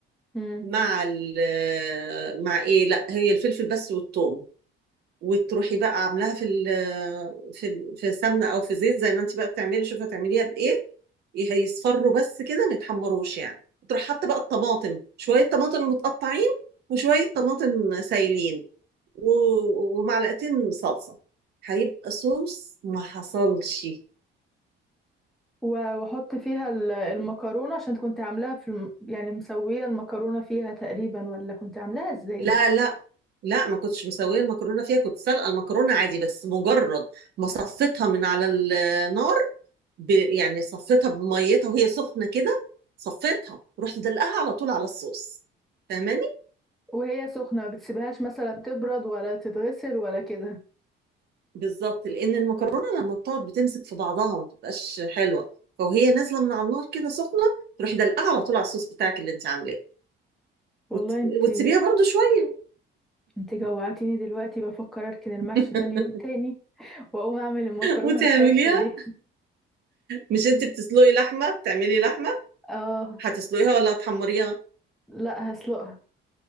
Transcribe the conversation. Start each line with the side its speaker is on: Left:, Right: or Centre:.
Centre: مم.
Right: مع ال مع ايه لا هي الفلفل بس والثوم وتروحي بقى عاملاها في ال في ال- في سمنه او في زيت زي ما انت بقى بتعملي شوفي هتعمليها بايه هيصفروا بس كده ما يتحمروش يعني تروح حاطه بقى الطماطم شويه طماطم متقطعين وشويه طماطم سايلين و- ومعلقتين صلصة هيبقى صوص ما حصلش
Centre: و- واحط فيها ال- المكرونه عشان كنت عاملاها في الم... يعني مسويه المكرونه فيها تقريبا ولا كنت عاملاها ازاي
Right: لا لا لا ما كنتش مسوية المكرونة فيها كنت سلقة المكرونة عادي بس مجرد ما صفيتها من على النار ب... يعني صفيتها بميتها وهي سخنة كده صفيتها ورحت دلقاها على طول على الصوص فاهماني
Centre: وهي سخنه ما بتسيبهاش مثلا تبرد ولا تتغسل ولا كده
Right: بالظبط لان المكرونه لما بتقعد بتمسك في بعضها وما بتبقاش حلوه فوهي نازله من على النار كده سخنه تروحي دلقاها على طول على الصوص بتاعك اللي انت عاملاه
Centre: والله
Right: وت...
Centre: انت
Right: وتسيبيها برضو شويه
Centre: انت جوعتيني دلوقتي بفكر اركن المحشي
Right: <laughs>
Centre: ده اليوم تاني <laughs> واقوم اعمل المكرونه
Right: وتعمليها
Centre: الحرشه دي
Right: مش انت بتسلقي لحمه بتعملي لحمه
Centre: اه
Right: هتسلقيها ولا هتحمريها
Centre: لا هسلقها